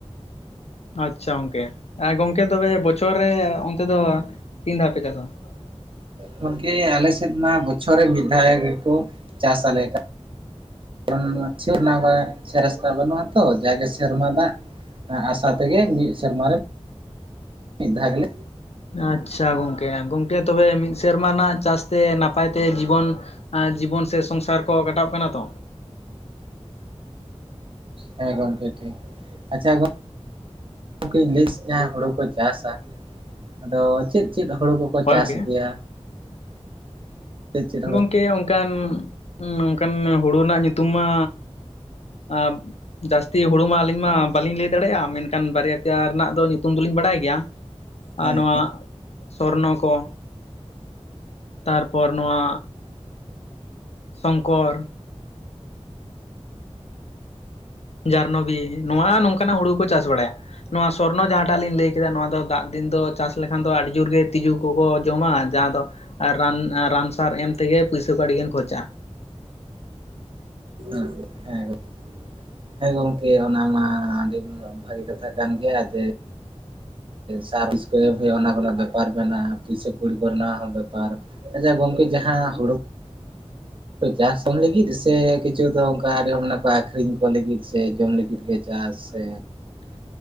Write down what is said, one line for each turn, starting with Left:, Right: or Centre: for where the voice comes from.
Left: ᱟᱪᱪᱷᱟ ᱜᱚᱝᱠᱮ ᱟᱸ ᱜᱚᱝᱠᱮ ᱵᱚᱪᱷᱚᱨ ᱨᱮ ᱚᱱᱛᱮ ᱫᱚ ᱛᱤᱱ ᱫᱷᱟᱣ ᱯᱮ ᱪᱟᱥᱟ? <inaudible>
Right: ᱜᱚᱢᱠᱮ ᱟᱸᱞᱮ ᱥᱮᱫ ᱢᱟ ᱵᱚᱪᱷᱚᱨ ᱨᱮ ᱢᱤᱫ ᱫᱷᱟᱣ ᱜᱮᱠᱚᱸ ᱪᱟᱥ ᱟᱸᱞᱮ ᱠᱟᱱᱟ᱾ ᱠᱟᱨᱚᱱ ᱥᱮ <unintelligible> ᱵᱟᱹᱱᱩᱜᱼᱟᱛᱚ ᱡᱟᱜᱮ ᱥᱮᱨᱢᱟ ᱫᱟᱜᱼᱼ ᱟᱥᱟ ᱛᱮᱜᱮ ᱢᱤᱫ ᱥᱮᱨᱢᱟ ᱨᱮ ᱢᱤᱫ ᱫᱷᱟᱣ ᱜᱮᱞᱼᱼᱼ
Left: ᱟᱪᱪᱷᱟ ᱜᱚᱝᱠᱮ ᱜᱚᱝᱠᱮ ᱛᱚᱵᱮ ᱢᱤᱫ ᱥᱮᱨᱢᱟ ᱨᱮᱱᱟᱜ ᱪᱟᱥᱹᱛᱮ ᱱᱟᱯᱟᱭᱹᱛᱮ ᱡᱤᱵᱚᱱᱼᱼᱼ ᱡᱤᱵᱚᱱ ᱥᱮ ᱥᱚᱝᱥᱟᱨ ᱠᱚ ᱠᱟᱴᱟᱜ ᱠᱟᱱᱟ ᱛᱚ᱾
Right: ᱦᱮ ᱜᱚᱢᱠᱮ ᱴᱷᱤᱠ ᱟᱪᱪᱷᱟ ᱜᱚᱝᱼᱼᱼ ᱜᱚᱢᱠᱮᱧ ᱞᱟᱹᱭ ᱡᱟᱦᱟᱸ ᱦᱳᱲᱩ ᱠᱚ ᱪᱟᱥᱟ ᱟᱸᱫᱚ ᱪᱮᱫ ᱪᱮᱫ? ᱪᱮᱫ ᱦᱩᱲᱳ ᱠᱚᱠᱚ
Left: ᱦᱳᱭ
Right: ᱪᱟᱥ
Left: ᱜᱚᱝᱠᱮ
Right: ᱜᱮᱭᱟ᱾ ᱪᱮᱫ ᱪᱮᱫ ᱦᱚᱲ
Left: ᱜᱚᱢᱠᱮ ᱚᱱᱠᱟᱱ ᱚᱱᱠᱟᱱ ᱦᱩᱲᱩ ᱨᱮᱱᱟᱹᱜ ᱧᱩᱛᱩᱢ ᱢᱟᱼᱼᱼ ᱟᱵᱼᱼᱼ ᱡᱟᱹᱥᱛᱤ ᱦᱩᱲᱩ ᱢᱟ ᱟᱹᱞᱤᱧ ᱢᱟ ᱵᱟᱞᱤᱧ ᱞᱟᱹᱭ ᱫᱟᱲᱮᱭᱟᱜᱼᱟ ᱢᱮᱱᱠᱷᱟᱱ ᱵᱟᱨᱭᱟ ᱯᱮᱭᱟ ᱨᱮᱱᱟᱜ ᱫᱚ ᱧᱩᱛᱩᱢ ᱫᱚᱞᱤᱧ ᱵᱟᱲᱟᱭ ᱜᱮᱭᱟ᱾ <inaudible>
Right: ᱦᱮᱸ
Left: ᱟᱨ ᱱᱚᱣᱟ
Right: ᱦᱮᱸ
Left: ᱥᱚᱨᱱᱚ ᱠᱚ ᱛᱟᱨᱯᱚᱨ ᱱᱚᱣᱟᱼᱼᱼ ᱥᱚᱝᱠᱚᱨ᱾ ᱡᱟᱨᱱᱚᱵᱤ ᱱᱚᱣᱟ ᱱᱚᱝᱹᱠᱟᱱᱟᱜ ᱦᱩᱲᱩ ᱠᱚ ᱪᱟᱥ ᱵᱟᱹᱲᱟᱭᱟ᱾ ᱱᱚᱣᱟ ᱥᱚᱨᱱᱚ ᱡᱟᱦᱟᱸᱴᱟᱜ ᱞᱤᱧ ᱞᱟᱹᱭ ᱠᱮᱫᱟ ᱱᱚᱣᱟ ᱫᱚ ᱫᱟᱜ ᱫᱤᱱ ᱫᱚ ᱪᱟᱥ ᱞᱮᱹᱠᱷᱟᱱ ᱫᱚ ᱟᱹᱰᱤ ᱡᱳᱨ ᱜᱮ ᱛᱸᱤᱡᱩ᱾ ᱠᱚᱠᱚᱸ ᱡᱚᱢᱟ ᱡᱟᱦᱟᱸ ᱫᱚ ᱨᱟᱱ ᱨᱟᱱ ᱥᱟᱨ ᱮᱢ ᱛᱮᱜᱮ ᱯᱩᱭᱥᱟᱹ ᱠᱚ ᱟᱹᱰᱤᱜᱟᱱ ᱠᱷᱚᱨᱪᱟᱜᱼᱟ᱾
Right: ᱦᱮᱸᱦᱮᱸ ᱜᱚᱢᱠᱮ᱾ ᱦᱮᱸ ᱜᱚᱝᱠᱮ ᱚᱱᱟ ᱢᱟ ᱟᱹᱰᱤ ᱵᱷᱟᱜᱤ ᱠᱟᱛᱷᱟ ᱠᱟᱱ ᱜᱮᱭᱟ ᱡᱮᱼᱼ ᱥᱟᱵᱤᱥᱠᱭᱤᱵ ᱮᱢ ᱦᱩᱭᱩᱜᱼᱟ ᱚᱱᱟ ᱠᱚᱨᱮᱱᱟᱜ ᱵᱮᱯᱟᱨ ᱢᱮᱱᱟᱜᱼᱟ ᱯᱩᱭᱥᱟᱹ ᱠᱩᱲᱤ ᱠᱚᱨᱮᱱᱟᱜ ᱦᱚᱸ ᱵᱮᱯᱟᱨ᱾ ᱟᱡᱟ ᱜᱚᱝᱠᱮ ᱡᱟᱦᱟᱸ ᱦᱩᱲᱩᱼᱼ ᱪᱟᱥ ᱡᱚᱢ ᱞᱟᱹᱜᱤᱫ ᱥᱮ ᱠᱤᱪᱷᱩ ᱫᱚ ᱚᱱᱠᱟ ᱟᱹᱰᱤ ᱦᱚᱲ ᱢᱮᱱᱟᱜ ᱠᱚ ᱟᱠᱷᱨᱤᱧ ᱠᱚ ᱞᱟᱹᱜᱤᱫ ᱥᱮ ᱡᱚᱢ ᱞᱟᱹᱜᱤᱫ ᱜᱮ ᱪᱟᱥ ᱥᱮᱼᱼ
Left: <inaudible>